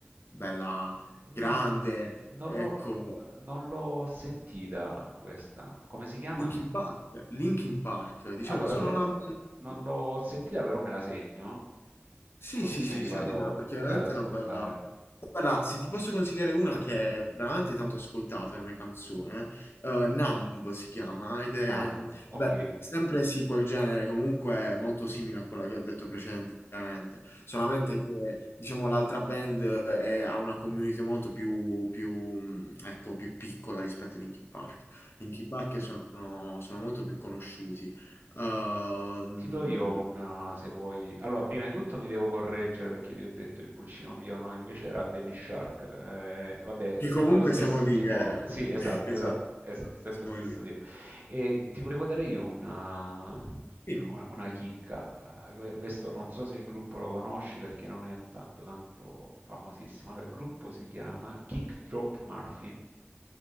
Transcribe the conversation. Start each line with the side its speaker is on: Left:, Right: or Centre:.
Left: bella grande,
Right: No, eh, non
Left: ecco,
Right: l'ho eh, non l'ho sentita questa. Come si chiama?
Left: Linkin Park, Linkin Park, diciamo,
Right: Allora,
Left: sono
Right: que-
Left: una band
Right: non l'ho sentita, però me la segno,
Left: Sì,
Right: così
Left: sì, sì,
Right: me li
Left: sentitela
Right: vado
Left: perché
Right: pure
Left: veramente
Right: ad ascoltare.
Left: è una bella... Guarda, se ti posso consigliare una che è veramente tanto ascoltata come canzone, eh, Numb si chiama, ed è,
Right: Numb, ok.
Left: vabbè, sempre sì, quel genere, comunque molto simile a quella che ho detto precedentemente, solamente che, diciamo, l'altra band è- ha una community molto più, più, mh, ecco, più piccola rispetto a Linkin Park. Linkin Park sono, sono molto più conosciuti. Ehm
Right: Ti do io un, uh, se vuoi... Allora, prima di tutto mi devo correggere perché ti ho detto il pulcino pio, no, invece era Baby Shark. Eh, vabbè, è
Left: Che
Right: sempre
Left: comunque
Right: lo stesso
Left: siamo lì,
Right: tipo.
Left: eh.
Right: Sì, esatto,
Left: <laughs> Esatto,
Right: esatto, esatto, sempre
Left: siamo
Right: lo stesso
Left: lì.
Right: tipo. E ti volevo dare io una,
Left: Dimmi.
Right: una chicca. Eh, Questo non so se il gruppo lo conosci perché non è tanto tanto famosissimo. Allora, il gruppo si chiama Kick Drop Muffin